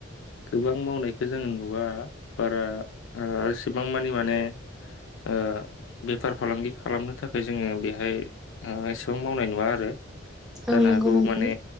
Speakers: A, on the left; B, in the centre.
A: गोबां मावनायखौ जोङो नुवा बारा एसेबां मानि माने ओ बेफार फालांगि खालामनो थाखाय जोङो बे हाय ओ एसेबां मावनाय नुवा आरो।
B: औ
A: जानो
B: नंगौ
A: हागौ
B: नोंथां
A: माने